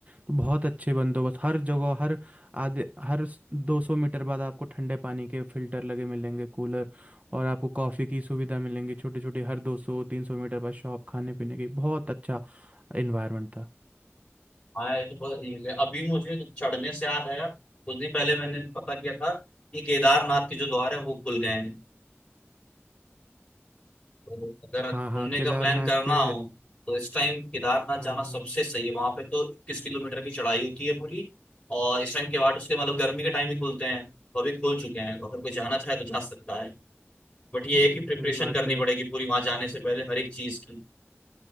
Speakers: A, on the right; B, on the left.
A: तो बहुत अच्छे बंदोबस्त हर जगह हर आधे हर दो सौ मीटर बाद आपको ठंडे पानी के फिल्टर लगे मिलेंगे कूलर और आपको कॉफ़ी की सुविधा मिलेंगी छोटी छोटी हर दो सौ तीन सौ मीटर बाद शॉप खाने पीने की बहुत अच्छा इन्वायरमेंट था
B: हाँ ये तो बहुत easy है अभी मुझे चढ़ने से याद आया कुछ दिन पहले मैंने पता किया था कि केदारनाथ के जो द्वार है वो खुल गए हैं तो अगर
A: हाँ
B: घूमने
A: हाँ केदारनाथ
B: का प्लान करना
A: के
B: हो तो इस टाइम केदारनाथ
A: हाँ
B: जाना
A: हाँ
B: सबसे सही है वहां पे तो इक्कीस किलोमीटर की चढ़ाई होती है पूरी और इस टाइम के बाद उसके मतलब गर्मी के टाइम ही खुलते हैं तो अभी खुल चुके हैं तो अगर कोई जाना चाहे तो जा सकता है बट ये
A: ये
B: है कि प्रिपरेशन
A: सही बात
B: करनी
A: है
B: पड़ेगी पूरी वहां जाने से पहले हर एक चीज की